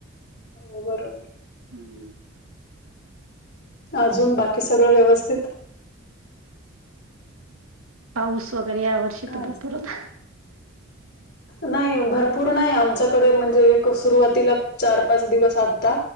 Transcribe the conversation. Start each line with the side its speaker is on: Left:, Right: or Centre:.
Left: हो.. बरोबर.
Right: हं,
Left: अजून बाकी सगळं व्यवस्थित?
Right: पाऊस वगैरे या वर्षी
Left: अच्छा.
Right: तर भरपूर होता.
Left: नाही भरपूर नाही आमच्याकडे म्हणजे एक सुरुवातीला चार पाच दिवस आता